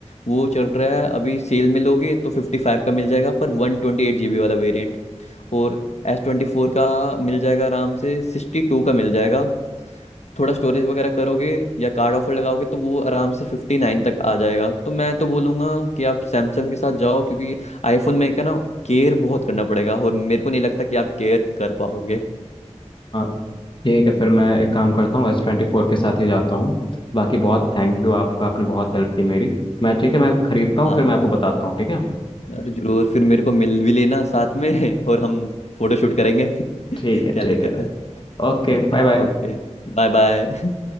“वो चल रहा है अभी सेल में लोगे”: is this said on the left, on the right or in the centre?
Left